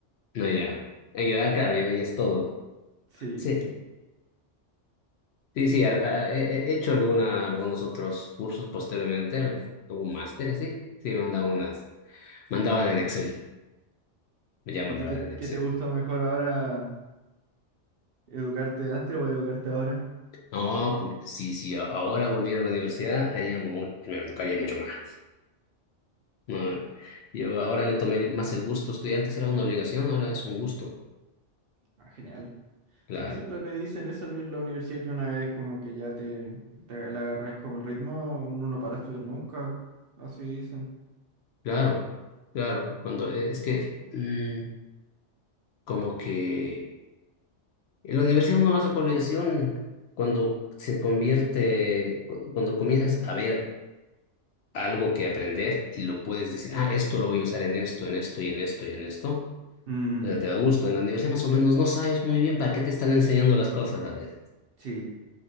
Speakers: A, on the left; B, on the right.
A: No, ya. Eh, Yo, ah, claro, yo ya es todo.
B: Sí.
A: Sí. Sí, sí, al- al- he he hecho alguna, algunos otros cursos posteriormente, algún algún máster, sí. Sí, mandaba unas. Mandaban en Excel, ya mandaban
B: ¿Y qué te,
A: en Excel.
B: qué te gusta mejor ahora? ¿Educarte antes o educarte ahora?
A: No, pues sí, sí, a- ahora volviera a la universidad, haría mu- me tocaría mucho más. No, yo ahora le tomé el- más el gusto. Estudiar antes era una obligación, ahora es un gusto.
B: Ah, genial.
A: Claro,
B: Sí, pues siempre me dicen eso a mí en la universidad que una vez como que ya te, te agarras como el ritmo, uno no para de estudiar nunca. Así dicen.
A: claro, claro. Cuando, eh, es que, mm, como que en la universidad uno lo hace por obligación cuando se convierte, cu- cuando comienzas a ver algo que aprender y lo puedes decir, ah, esto lo voy a usar en esto, en esto y en esto y en esto.
B: Mm,
A: O sea, te da gusto. En la universidad más o menos no sabes muy bien para qué te están enseñando las cosas a veces.
B: sí.